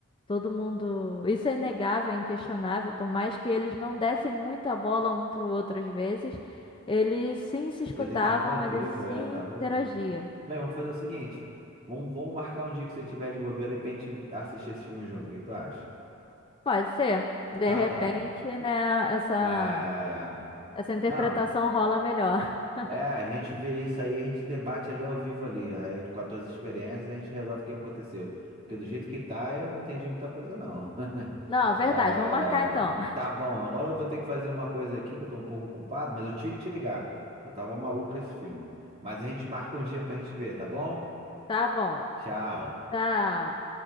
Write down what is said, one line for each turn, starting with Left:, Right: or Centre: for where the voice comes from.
Left: Todo mundo. Isso é inegável, é inquestionável. Por mais que eles não dessem muita bola um pro outro às vezes, eles sim se escutavam,
Right: Ele tava vivo,
Left: eles sim
Right: é, tava
Left: interagiam.
Right: vivo. Bem, vamos fazer o seguinte. Vamos, vamos marcar um dia que você estiver de bobeira e pra gente assistir esse filme junto. O que que tu acha?
Left: Pode ser. De
Right: Tá
Left: repente,
Right: bom.
Left: né, essa,
Right: É, é.
Left: essa interpretação
Right: Não.
Left: rola melhor. <laughs>
Right: É, a gente vê isso aí, a gente debate ali ao vivo ali. Aí com as tuas experiências a gente resolve o que aconteceu. Porque do jeito que tá, eu não entendi muita coisa não. <laughs>
Left: Não, verdade.
Right: É,
Left: Vamos marcar então. <laughs>
Right: Tá bom, agora eu vou ter que fazer uma coisa aqui que eu tô um pouco ocupado, mas eu tive que te ligar. Eu tava maluco com esse filme. Mas a gente marca um dia pra gente ver, tá bom?
Left: Tá bom.
Right: Tchau.
Left: Tchau.